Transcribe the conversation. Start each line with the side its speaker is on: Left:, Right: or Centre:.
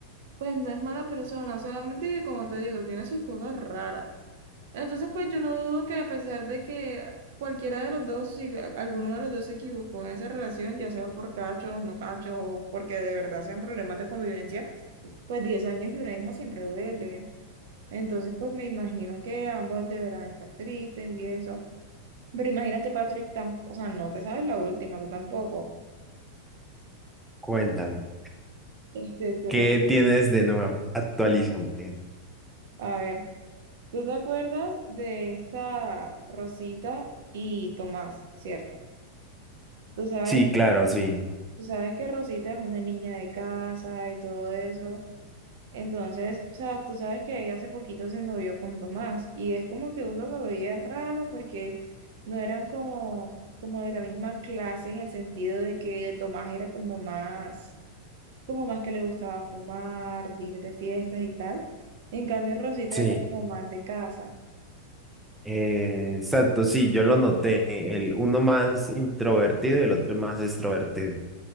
Right: pues no es mala persona, solamente que como te digo, tiene sus cosas raras. Entonces, pues yo no dudo que a pesar de que cualquiera de los dos, si a- alguno de los dos se equivocó en esa relación, ya sea por cachos, no cachos, o porque de verdad sean problemas de convivencia, pues 10 años y una hija siempre duele. Entonces, pues me imagino que ambos deberán estar tristes y eso. Pero imagínate, Patrick, tam- o sea, no te sabes la última, tú tampoco.
Centre: Cuéntame,
Right: Este, tú
Centre: ¿qué
Right: rec-
Centre: tienes de nuevo? Actualízame.
Right: a ver, tú te acuerdas de esta Rosita y Tomás, ¿cierto? Tú sabes
Centre: Sí,
Right: que
Centre: claro, sí,
Right: Tú sabes que Rosita es una niña de casa y todo eso. Entonces, o sea, tú sabes que ella hace poquito se novió con Tomás y es como que uno lo veía raro porque no eran como, como de la misma clase en el sentido de que Tomás era como más, como más que le gustaba fumar, de ir de fiestas y tal. En cambio, Rosita
Centre: sí.
Right: era como más de casa.
Centre: Eh, exacto, sí, yo lo noté. El uno más introvertido y el otro más extrovertido.